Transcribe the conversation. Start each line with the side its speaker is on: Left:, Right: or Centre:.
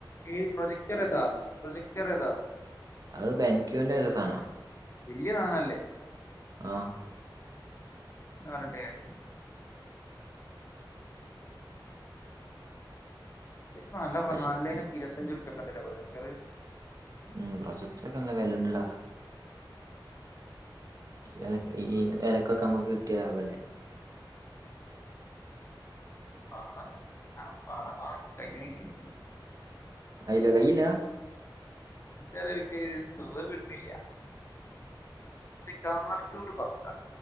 Left: ഈ പ്രൊജെക്ടർ ഏതാ പ്രൊജെക്ടർ ഏതാ
Right: അത് ബെൻക്യൂന്റെ ഒരു സാധനം
Left: വല്യ സാദാനം അല്ലെ ആ
Right: ആഹ്
Left: പറഞ്ഞിട്ട് കാര്യഇല്യ ഇപ്പോ നല്ല
Right: പക്ഷെ
Left: നല്ല പ്രൊജക്റ്റർ ഇരുപതി അഞ്ചു ഉർപ്യ ഒക്കെ ഉണ്ടല്ലേ പ്രൊജക്റ്റർ
Right: ഉം പ്രൊജക്ടൊർ നോക്കെ നല്ല വിലയുണ്ട് ഡാ ഈ വിലഈ
Left: എന്ത് സാധനാ
Right: വില ക്കൊക്കെ നമ്മുക്ക് കിട്ടിയാൽ ലാഭം അല്ലേ
Left: പാടം പാടം കാണാൻ കയ്യ്ണ്ല്ലേ
Right: ആയില് കഴിയില്ല
Left: ചേലോർക്ക് സുഖം കിട്ടുന്നില്ല പക്ഷെ കാർട്ടൂൺ പക്കാ